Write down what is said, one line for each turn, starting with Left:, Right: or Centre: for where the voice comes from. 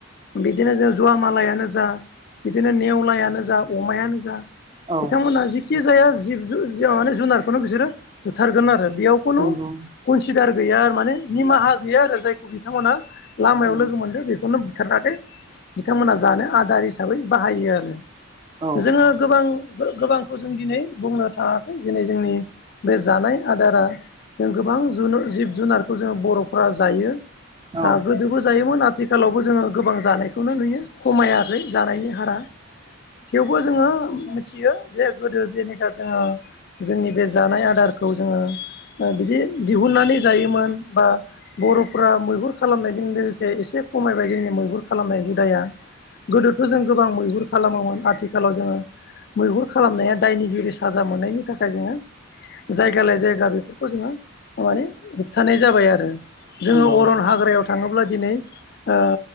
Left: बिदिनो जों जुवा मालायानो जा बिदिनो नेवलायानो जा अमायानो जा
Right: औ
Left: बिथांमोनहा जिखि जाया जिब ज माने जुनारखौनो बिसोरो बुथारगोन आरो बेयाव खुनु
Right: नंगौ
Left: कनसिदार गैया माने निमाहा
Right: औ
Left: गैया आरो जाय खौ बिथांमोना लामायाव
Right: औ
Left: लोगो मोनदों बेखौ बेखौनो बुथारलाथायो बिथांमोनहा जानो आदार हिसाबै बाहायो आरो।
Right: औ
Left: जोङो गोबां गोबांखौ जों दिनै बुंनो थाङाखै दिनै जोंनि। बे जानाय आदारा जों गोबां ज जिब जुनारखौ जोंङो बर'फोरा जायो।
Right: औ
Left: गोदोबो जायोमोन आथिखाल। आथिखालावबो जोङो गोबां जानायखौनो नुयो खमायाखै जानायनि हारा थेवबो जोङो मिथियो जे गोदो जेनेखा जोङो। जोंनि बे जानाय आदारखौ जोङो बिदि दिहुननानै जायोमोन बा। बर'फोरा मैहुर खालामनायजों लोगोसे एसे खमायबाय जोंनि मैहुर खालामनाय हुदाया। गोदोथ' जों गोबां मैहुर खालामोमोन आथिखालाव जोङो। मैहुर खालामनाया दायनिगिरि साजा मोननायनि थाखाय जोङो। जायगा लाय जायगा बेफोरखौ जोङो माने होबथानाय जाबाय आरो।
Right: नंगौ
Left: जोङो अरन हाग्रायाव थाङोब्ला दिनै। ओ